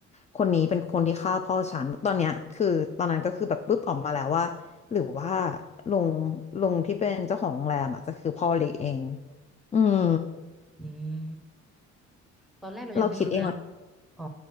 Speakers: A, on the left; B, in the centre.
A: คนนี้เป็นคนที่ฆ่าพ่อฉันตอนเนี้ยคือตอนนั้นก็คือแบบปุ๊บออกมาแล้วว่าหรือว่าลุงลุงที่เป็นเจ้าของโรงแรมอ่ะจะคือพ่อเล็กเองอืม
B: อืมตอนแรกเรายังไม่รู้นะ
A: เราคิดเองแหละ
B: อ๋อ